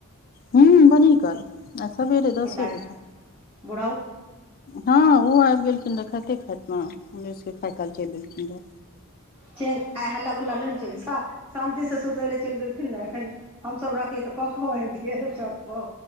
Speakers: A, on the left (about 40°); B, on the right (about 25°).
A: हू बड़ीकाल आय सवेरे दसे
B: पिताजी
A: बजे
B: बुढ़ऊ
A: ह ऊ आइब गेलखिन रहऽ खाइते खाइतमे हमरे सभके खाय काल चलि एलखिन रह
B: चेन आइ हल्ला गुला नहि ने चल छ शांति से सुतय लए चइल गेलखिन ने एखन हमसभ रहतियै तऽ कौ कौ होतियै ने छतबो